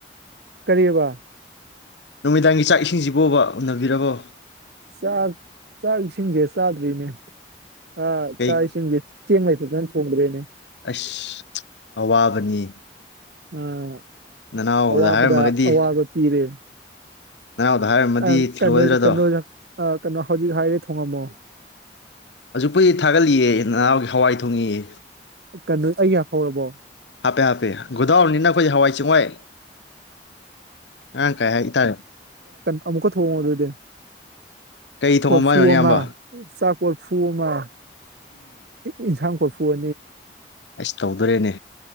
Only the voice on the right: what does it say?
ꯀꯔꯤꯕꯥ
<unintelligible> ꯁꯥ ꯆꯁꯤꯡꯁꯤꯡꯁꯦ ꯁꯥꯇꯔꯤꯅꯦ ꯑꯥ
ꯆꯥꯁꯤꯒꯗꯤ ꯆꯦꯪ ꯂꯩꯇꯗꯅ ꯊꯣꯡꯗ꯭ꯔꯦꯅꯦ
ꯎꯝ
ꯑꯋꯥꯕꯗ
ꯑꯋꯥꯕ ꯄꯤꯔꯦ
ꯑ
ꯀꯩꯅꯣ ꯀꯩꯅꯣ ꯀꯩꯅꯣ ꯍꯧꯖꯤꯛ ꯍꯥꯏꯔꯤ ꯊꯣꯡꯉꯝꯃꯣ
ꯀꯩꯅꯣ ꯑꯩꯒꯤ ꯍꯥꯞꯐꯧꯔꯕꯣ
ꯑꯃꯨꯛꯀ ꯊꯣꯡꯉꯣ ꯑꯗꯨꯗꯤ
ꯀꯣꯐ꯭ꯔꯨ
ꯑꯃ ꯆꯥꯛ ꯀꯣꯐ꯭ꯔꯨ ꯑꯃ ꯏꯟꯖꯥꯡ ꯀꯣꯐ꯭ꯔꯨ <unintelligible>